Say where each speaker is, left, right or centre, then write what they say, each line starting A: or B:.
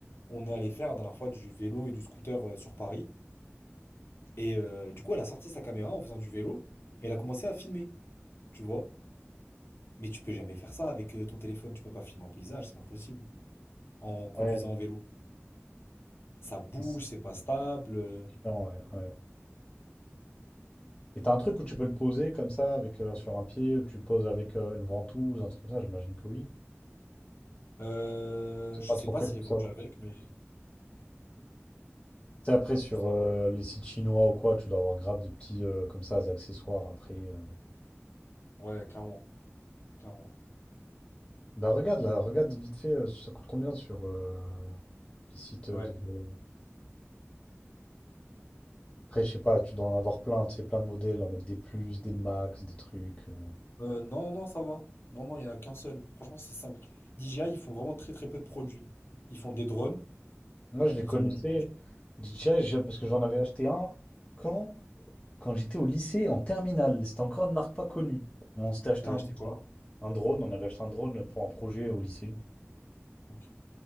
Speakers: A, on the left; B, on the left.
A: On est allé faire la dernière fois du vélo et du scooter euh, sur Paris. Et euh, du coup, elle a sorti sa caméra en faisant du vélo, et elle a commencé à filmer. Tu vois? Mais tu peux jamais faire ça avec euh, ton téléphone, tu peux pas filmer en paysage, c'est pas possible. En conduisant
B: Ouais,
A: en vélo. Ça bouge,
B: c'est
A: c'est pas stable. euh,
B: différent, ouais, ouais. Et t'as un truc où tu peux le poser comme ça, avec euh, sur un pied, ou tu le poses avec euh, une ventouse, un truc comme ça, j'imagine que oui.
A: euh,
B: C'est
A: je
B: pas
A: sais
B: trop
A: pas
B: fait
A: s'il
B: pour
A: est
B: ça.
A: vendu avec, mais
B: Tu sais, après, sur
A: je sais
B: euh,
A: pas.
B: les sites chinois ou quoi, tu dois avoir grave de petits, euh, comme ça, des accessoires après. euh.
A: Ouais, clairement. Clairement.
B: Bah regarde là, regarde vite fait, euh, ça coûte combien sur euh, les sites de...
A: Ouais.
B: Après, je sais pas, tu dois en avoir plein, tu sais, plein de modèles en mode des plus, des max, des trucs. euh.
A: Euh, non, non, ça va. Non, non, il y en a qu'un seul. Franchement, c'est simple. DJI, ils font vraiment très très peu de produits. Ils font des drones,
B: Moi, je les
A: ils
B: connaissais,
A: en ont.
B: DJI, je- parce que j'en avais acheté un quand, quand j'étais au lycée en terminale. C'était encore une marque pas connue. On s'était acheté
A: T'avais
B: un,
A: acheté quoi?
B: un drone, on avait acheté un drone pour un projet au lycée.
A: Ok.